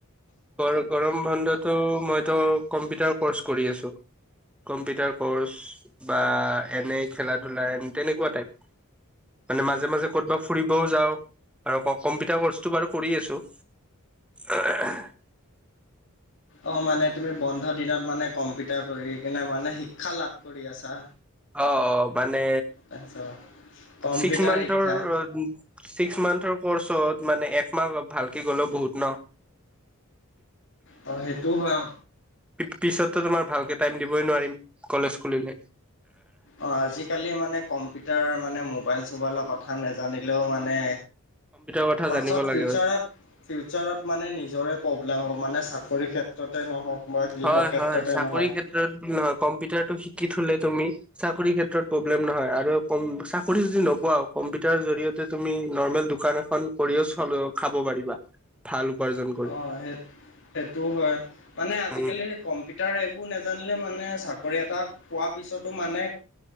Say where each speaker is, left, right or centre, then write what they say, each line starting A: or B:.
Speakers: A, in the centre; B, on the left.
A: গ গৰম বন্ধটো মইতো কম্পিউটাৰ কৰ্চ কৰি আছোঁ। কম্পিউটাৰ ক'ৰ্চ বা এনে খেলা ধূলা এ তেনেকুৱা টাইপ। মানে-মাজে-মাজে ক'তবা ফুৰিবও যাওঁ আৰু কম্পিউটাৰ ক্লাছটো বাৰু কৰি আছো। এ <unintelligible>
B: অ, মানে তুমি বন্ধ দিনত মানে কম্পিউটাৰ কৰি কিনে মানে শিক্ষা লাভ কৰি আছা।
A: অ, মানে
B: তাৰপিছত কম্পিউটাৰ
A: ছিক্স মান্থ
B: শিক্ষা
A: ৰ ছিক্স মান্থৰ কৰ্চত মানে একমাহ ভালকে গ'লেও বহুত ন।
B: অ সেইটো হয়
A: পিছতো তোমাৰ ভালকে টাইম দিবই নোৱাৰিম কলেজ খুলিলে।
B: অ, আজিকালি মানে কম কম্পউটাৰ মানে মোবাইল চোবাইলৰ কথা নেজানিলেও মানে,
A: কম্পিউটাৰ কথা
B: পাছত
A: জানিব
B: ফিউচাৰত
A: লাগে হয়
B: ফিউচাৰত মানে নিজৰে প্ৰব্লেম হ'ব, মানে চাকৰিৰ ক্ষেত্ৰতে নহওক। বা গৃহ
A: হয়-হয়
B: ক্ষেত্ৰতে
A: চাকৰি
B: নহওক
A: ক্ষেত্ৰত নহয় কম্পিউটাৰটো শিকি থলে তুমি, চাকৰি ক্ষেত্ৰত প্ৰব্লেম নহয় আৰু চাকৰি যদি নপাও, কম্পিউটাৰ জৰিয় তুমি নৰ্মেল দোকান এ কৰিও চলিও খাব পাৰিবা, ভাল উপাৰ্জন কৰি
B: অ, সেই সেইটোও হয় মানে আজিকালি,
A: উম
B: কম্পিউটাৰ এইবোৰ নোজানিলে মানে চাকৰি এটা পোৱাৰ পিছতো মানে,